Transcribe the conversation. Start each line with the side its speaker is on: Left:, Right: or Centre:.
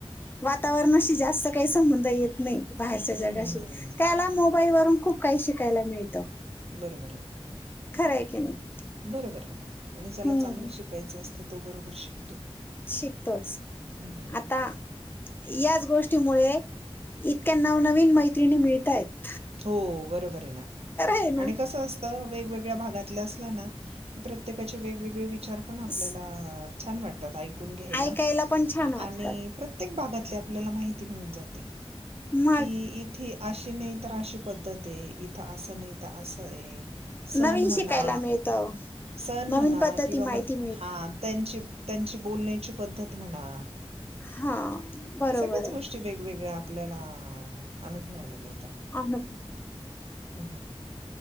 Left: वातावरणाशी जास्त काही संबंध येत नाही बाहेरच्या जगाशी
Right: हम्म, हम्म, हम्म.
Left: त्याला मो ई <unintelligible> वरून खूप काही शिकायला मिळतं
Right: बरोबर आहे ना
Left: खरं आहे की नाही
Right: बरोबर आहे ना आणि ज्याला
Left: हम्म
Right: चांगलं शिकायचं असतं तो बरोबर शिक
Left: शिकतोच
Right: हम्म.
Left: आता याच गोष्टीमुळे इतक्या नवनवीन मैत्रिणी मिळतायेत
Right: हो बरोबर आहे ना
Left: आहे ना
Right: आणि कस असतं वेगवेगळ्या भागातल्या अस ल्याना प्रत्येकाचे वेगवेगळे विचार पण आपल्याला
Left: स-
Right: छान वाटतात ऐ कुण घ्यायला
Left: ऐकायला पण छान वाटतात
Right: आणि प्रत्येक भागातली आपल्याला माहिती मिळून जाते
Left: मग
Right: कि इथे अशी नाही तर अशी पद्धत आहे इथं असं नाही तर असं आहे सण
Left: नवीन शिकायला
Right: म्हणा
Left: मिळतं
Right: सण
Left: नवीन
Right: म्हणा
Left: पद्धती
Right: किंवा
Left: माहिती
Right: मग
Left: मिळत
Right: हा त्यांची त्यांची बोलण्याची पद्धत म्हणा
Left: हा बरोबर
Right: सगळ्याच
Left: आहे
Right: गोष्टी वेगवेगळ्या आपल्याला अनुभवायला मिळत
Left: आणि पण
Right: ह